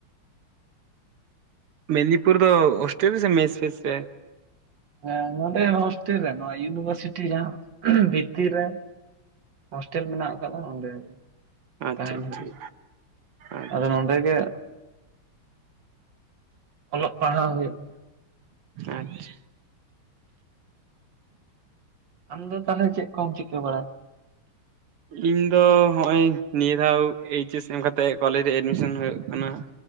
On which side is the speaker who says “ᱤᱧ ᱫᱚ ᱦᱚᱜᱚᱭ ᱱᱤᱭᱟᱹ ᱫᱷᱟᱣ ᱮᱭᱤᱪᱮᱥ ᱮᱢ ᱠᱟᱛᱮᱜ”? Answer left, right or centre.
Right